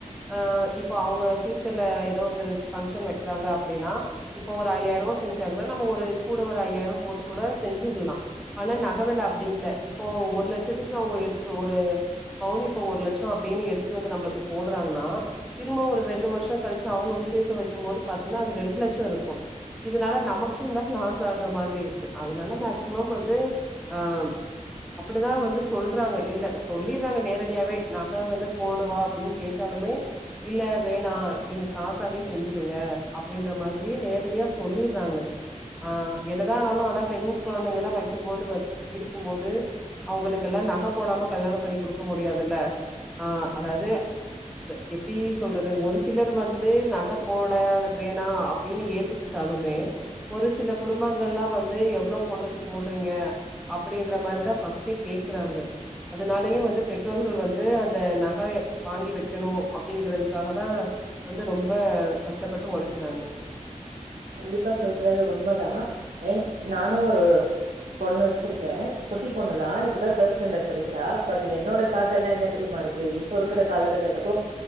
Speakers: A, in the centre; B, on the right.
A: ஆ இப்ப அவ்ங்க ஃப்யூச்சர்ல எதோ ஒரு ஃபங்க்ஷன் வைக்கிறாங்க அப்டின்னா இப்போ ஒரு ஐயாயிரரூவா செஞ்சாங்கன்னா நம்ம ஒரு கூட ஒரு ஐயாயிரோம் ரூபா போட்டு கூட செஞ்சிர்லா ஆனா நகவெல அப்டி இல்ல இப்போ ஒரு லெச்சத்துக்கு அவ்ங்க எடுத்துட்டு ஒரு பவுனிப்போ ஒரு லெச்சம் அப்டின்னு எடுத்துட்டு வந்து நம்புளுக்கு போடுறாங்ன்னா திரும்ப ஒரு ரெண்டு வர்ஷம் கழிச்சி அவுங்க விசேஷம் வெக்கும் போது பாத்தீங்கன்னா அது ரெண்டு லெச்சோ இருக்கும் இதுனால நமக்கும்ந்தான் லாஸ் ஆகுற மாதிரி இருக் கு அதனால மேக்சிமம் வந்து ஆ அப்படிதான் வந்து சொல்றாங்க இல்ல சொல்லிர்றாங்க நேரடியாவே நக வந்து போடுவா அப்டின் கேட்டாலுமே இல்ல வேணா நீங்க காசாவே செஞ்சிருங்க அப்டின்ற மாதிரியே நேரடியா சொல்லிர்றாங்க ஆ என்னதான் ஆனாலு ஆனா பெண் கொழந்தைங்கெல்லா வைக்கிம்போது வந்து இருக்கும் போது அவுங்களுக்கெல்லா நக போடாம கல்யாணம் பண்ணிக் குடுக்க முடியாதுல்ல ஆ அதாவது எப்டி சொல்றது ஒரு சிலர் வந்து நக போட வேணா அப்டின்னு ஏத்துக்கிட்டாலுமே ஒரு சில குடும்பங்கள்ல வந்து வந்து எவ்ளோ பொண்ணுக்கு போட்றீங்க அப்டின்ற மாரிதான் ஃபஸ்டே கேக்கறாங்க அதுனாலையும் வந்து பெற்றோர்கள் வந்து அந்த நகை வாங்கி வெக்கணும் அப்டிங்கிறதுக்காக தான் வந்து ரொம்ப கஷ்டப்பட்டு ஒழைக்கிறாங்க
B: கண்டிப்பா சொல்றது உண்ம தான் ஏ நானும் ஒரு பொண்ணு வச்சிர்க்கேன் குட்டி பொண்ணு தான் இப்பதான் தேர்ட் ஸ்டாண்டெர்ட் படிக்கிறா பட் என்னோட தாட்டெல்லாம் என்ன தெரியுமா இருக்கு இப்போ இருக்கிற காலகட்டத்துக்கும்